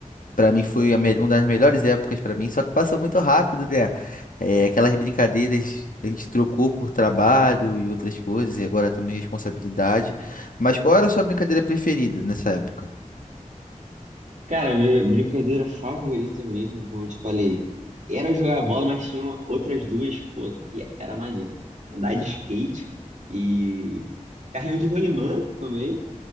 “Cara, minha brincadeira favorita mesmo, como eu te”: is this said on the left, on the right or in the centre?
Right